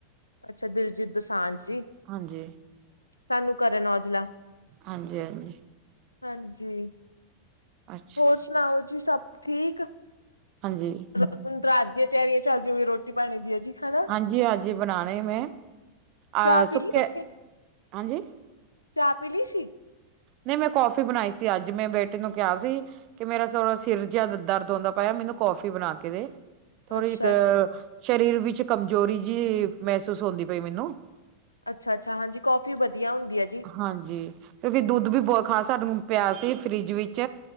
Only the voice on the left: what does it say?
ਅੱਛਾ ਦਿਲਜੀਤ ਦੋਸਾਂਝ ਜੀ।
ਸਾਨੂੰ ਕਰਨ ਔਜਲਾ।
ਹਾਂਜੀ
ਹੋਰ ਸੁਣਾਓ ਜੀ ਸਭ ਠੀਕ।
ਹੁਣ ਰਾਤ ਦੀਆਂ ਤਿਆਰੀਆਂ ਚੱਲਦੀ ਹੋਈ ਰੋਟੀ ਪਾਣੀ ਦੀਆਂ ਜੀ ਹਨਾ
ਚਾਹ ਪੀ
ਲਈ ਤੁਸੀਂ
ਚਾਹ ਪੀਲੀ ਸੀ।
ਅੱਛਾ
ਜੀ।
ਅੱਛਾ ਅੱਛਾ ਹਾਂਜੀ ਕਾਫੀ ਵਧੀਆ ਹੁੰਦੀ ਏ ਜੀ।